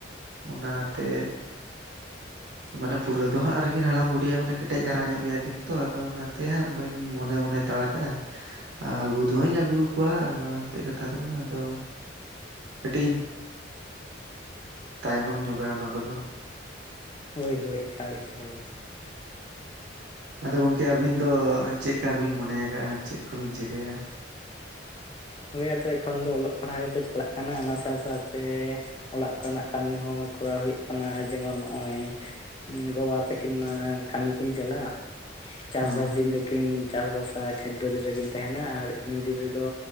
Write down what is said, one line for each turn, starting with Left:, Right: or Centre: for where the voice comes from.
Right: ᱚᱱᱟ ᱛᱮ ᱢᱟᱱᱮ ᱯᱩᱨᱟᱹ ᱫᱚ ᱦᱟᱸᱜ ᱟᱣᱨᱤᱠᱤᱱ ᱦᱟᱲᱟᱢ ᱵᱩᱰᱦᱤᱼᱟᱜ ᱢᱟᱱᱮ ᱠᱮᱴᱮᱡ ᱫᱷᱟᱨᱟ ᱧᱚᱜ ᱜᱮᱭᱟ ᱠᱤᱱ ᱛᱚ ᱟᱫᱚ ᱚᱱᱟᱛᱮ ᱦᱟᱸᱜ ᱵᱟᱹᱧ ᱢᱚᱱᱮ ᱢᱚᱱᱮ ᱛᱮ ᱛᱟᱲ ᱠᱟᱜᱼᱟ ᱟᱹᱜᱩ ᱫᱚ ᱦᱟᱹᱧ ᱟᱹᱜᱩ ᱠᱚᱣᱟ ᱵᱟᱝ ᱮᱱᱛᱮᱫ ᱠᱟᱛᱷᱟ ᱫᱚ ᱵᱟᱝᱟ ᱟᱫᱚ ᱠᱟᱹᱴᱤᱡ ᱤᱧ ᱛᱟᱭᱱᱚᱢ ᱧᱚᱜᱟ ᱚᱱᱟ ᱠᱚ ᱫᱚ ᱾
Left: ᱦᱳᱭ ᱦᱳᱭ ᱮᱠᱟᱞ ᱮᱠᱟᱞ ᱾
Right: ᱟᱫᱚ ᱜᱚᱝᱠᱮ ᱟᱹᱵᱤᱱ ᱫᱚ ᱪᱮᱫᱠᱟ ᱵᱤᱱ ᱢᱚᱱᱮ ᱟᱠᱟᱜᱼᱟ ᱪᱮᱫ ᱠᱚ ᱵᱤᱱ ᱪᱤᱠᱟᱹᱭᱟ?
Left: ᱦᱳᱭ ᱟᱫᱚ ᱮᱠᱷᱚᱱ ᱫᱚ ᱚᱞᱚᱜ ᱯᱟᱲᱦᱟᱣ ᱜᱮ ᱛᱚ ᱪᱟᱞᱟᱜ ᱠᱟᱱᱟ ᱾ ᱚᱱᱟ ᱥᱟᱶ ᱥᱟᱶᱛᱮ ᱚᱲᱟᱜ ᱠᱚ ᱨᱮᱱᱟᱜ ᱠᱟᱹᱢᱤ ᱦᱚᱸ ᱠᱚᱨᱟᱣ ᱦᱩᱭᱩᱜ ᱠᱟᱱᱟ ᱾ ᱡᱮᱢᱚᱱ ᱱᱚᱜᱼᱚᱭ ᱜᱚᱼᱵᱟ ᱛᱟᱹᱠᱤᱱ ᱢᱟ ᱠᱟᱹᱢᱤ ᱠᱤᱱ ᱪᱟᱞᱟᱜ ᱾ ᱪᱟᱥᱵᱟᱥ
Right: ᱦᱮᱸ
Left: ᱫᱤᱱ ᱫᱚ ᱠᱤᱱ ᱪᱟᱥᱵᱟᱥᱟ ᱠᱷᱮᱛ ᱵᱟᱹᱫᱽ ᱨᱮ ᱠᱤᱱ ᱛᱟᱦᱮᱱᱟ ᱟᱨ ᱮᱢᱱᱤ ᱫᱤᱱ ᱨᱮ ᱫᱚ